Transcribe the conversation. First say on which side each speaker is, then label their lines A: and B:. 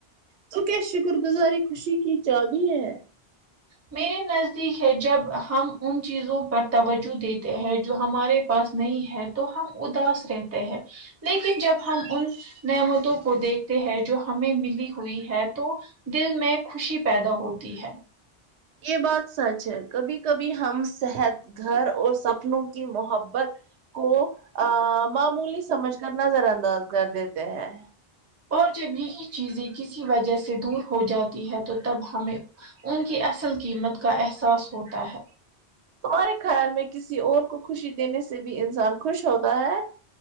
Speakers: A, on the right; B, on the right.
A: تو کیا شکر گزاری خوشی کی چابی ہے
B: میرے نزدیک ہے جب ہم ان چیزوں پر توجہ دیتے ہیں جو ہمارے پاس نہیں ہے تو ہم اداس رہتے ہیں لیکن جب ہم ان نعمتوں کو دیکھتے ہیں جو ہمیں ملی ہوئی ہے تو دل میں خوشی پیدا ہوتی ہے
A: یہ بات سچ ہے کبھی کبھی ہم صحت گھر اور سپنوں کی محبت کو معمولی سمجھ کر نظر انداز کر دیتے ہیں
B: اور جب یہی چیزیں کسی وجہ سے دور ہو جاتی ہے تو تب ہمیں ان کی اصل قیمت کا احساس ہوتا ہے
A: ہمہارے خیال میں کسی اور کو خوشی دینے سے بھی انسان خوش ہوتا ہے